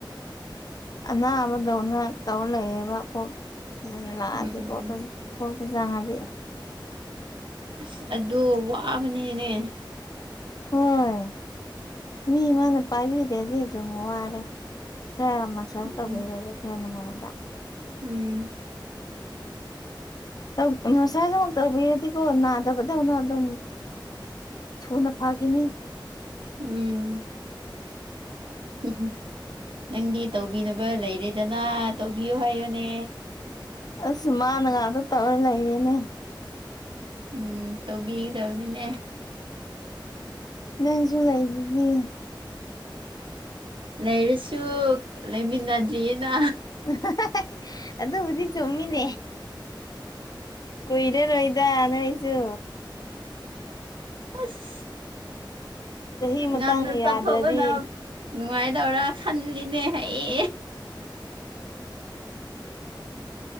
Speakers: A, on the left (about 50°); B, on the right (about 85°).
A: ꯑꯅꯥꯕꯗꯧꯅ ꯇꯧ ꯂꯩꯌꯦꯕꯀꯣ ꯂꯥꯛꯑꯗꯤꯀꯣ
B: ꯎꯝ
A: ꯀꯣꯛꯇ ꯆꯥꯡꯉꯗꯤ
B: ꯑꯁ ꯑꯗꯨ ꯋꯥꯕꯅꯤꯅꯦ
A: ꯍꯣꯏ ꯃꯤ ꯑꯃꯅ ꯄꯥꯏꯕꯤꯗꯔꯗꯤ ꯑꯗꯨꯝ ꯋꯥꯔꯦ ꯈꯔ ꯃꯁꯥ ꯁꯥꯆ
B: ꯎꯝ
A: ꯇꯧꯕꯤꯔꯗꯤ ꯈꯔ ꯅꯨꯡꯉꯥꯏꯕ
B: ꯎꯝ
A: ꯇꯧ ꯃꯁꯥꯁꯁꯨ ꯑꯃꯨꯛ ꯇꯧꯕꯤꯔꯗꯤꯀꯣ ꯅꯥꯗꯕꯗꯧꯅ ꯑꯗꯨꯝ ꯊꯨꯅ ꯐꯈꯤꯅꯤ
B: ꯎꯝ ꯎꯝ ꯍꯨꯡ ꯅꯪꯗꯤ ꯇꯧꯕꯤꯅꯕ ꯂꯩꯔꯦꯗꯅ ꯇꯧꯕꯤꯌꯨ ꯍꯥꯏꯌꯨꯅꯦ
A: ꯑꯁ ꯃꯥꯅ ꯉꯥꯛꯇ ꯇꯧꯔ ꯂꯩꯔꯤꯅꯦ
B: ꯎꯝ ꯇꯧꯕꯤꯒꯗꯕꯅꯤꯅꯦ
A: ꯅꯪꯁꯨ ꯂꯩꯗꯨꯗꯤ
B: ꯂꯩꯔꯁꯨ ꯂꯩꯃꯤꯟꯅꯗ꯭ꯔꯤꯑꯦꯅ
A: <unintelligible> ꯑꯗꯨꯕꯨꯗꯤ ꯆꯨꯝꯃꯤꯅꯦ ꯀꯨꯏꯔꯔꯣꯏꯗ ꯅꯣꯏꯁꯨ
B: ꯑꯁ
A: ꯆꯍꯤ ꯃꯇꯥꯡꯅ
B: ꯉꯟꯅ ꯆꯠꯊꯣꯛꯂꯅ
A: ꯌꯥꯗ꯭ꯔꯗꯤ
B: ꯅꯨꯡꯉꯥꯏꯗꯧꯔ ꯈꯜꯂꯤꯅꯦ ꯍꯌꯦ